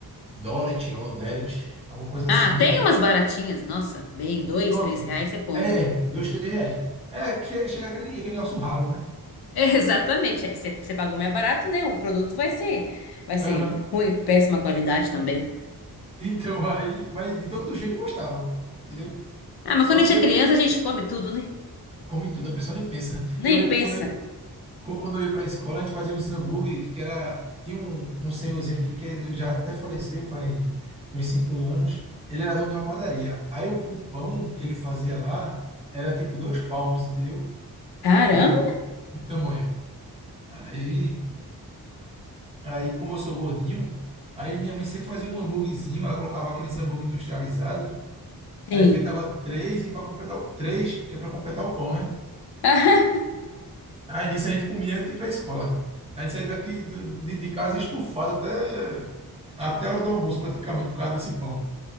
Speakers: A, on the right (about 15°); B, on the left (about 80°).
A: Dorothy ou Derek, alguma coisa
B: Ah,
A: assim.
B: tem umas baratinhas, nossa, bem, dois,
A: Pronto.
B: três reais você compra.
A: É, dois, três reais. É, che- chega aquele, aquele nosso ralo, né?
B: <laughs> exatamente, é, você, você pagou mais barato, né? O produto vai ser, vai ser
A: Aham.
B: ruim, péssima qualidade também.
A: Então, aí, mas de todo jeito eu gostava, entendeu?
B: Ah, mas
A: Só
B: quando
A: que,
B: a gente
A: de-
B: é criança, a gente come tudo, né?
A: como em tudo, a pessoa nem pensa.
B: Nem
A: Eu lembro
B: pensa.
A: que quando eu, qu- quando eu ia para a escola, a gente fazia uns hambúrgueres, que era. Tinha um, um senhorzinho aqui que ele já até faleceu faz uns cinco anos. Ele era dono de uma padaria. Aí o, o pão que ele fazia lá era tipo dois palmos, entendeu?
B: Caramba,
A: De, de tamanho. Aí, aí, como eu sou gordinho, aí minha mãe sempre fazia um hambúrguerzinho, ela colocava aqueles hambúrguer industrializados.
B: tem.
A: Aí fritava três e para completar o três, que é para completar o pão, né?
B: <laughs>
A: Aí nisso a gente comia antes de ir para a escola. A gente saía daqui do- de, de casa estufado até, até a hora do almoço, praticamente, por causa desse pão.